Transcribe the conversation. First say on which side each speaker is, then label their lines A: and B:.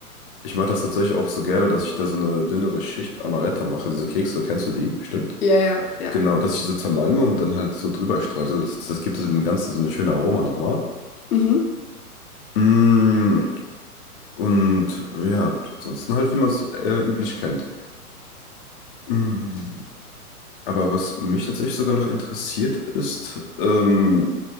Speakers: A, on the left; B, on the left.
A: Ich mache das tatsächlich auch so gerne, dass ich da so eine dünnere Schicht Amaretto mache. Diese Kekse, kennst du die? Bestimmt.
B: ja, ja, ja.
A: Genau, dass ich so zermalme und dann halt so drüber streusel. Das, das gibt es im Ganzen so eine schöne Aroma nochmal.
B: Mhm.
A: Mm, und ja, ansonsten halt, wie man es äh, üblich kennt. Mm, aber was mich tatsächlich sogar noch interessiert ist, ähm,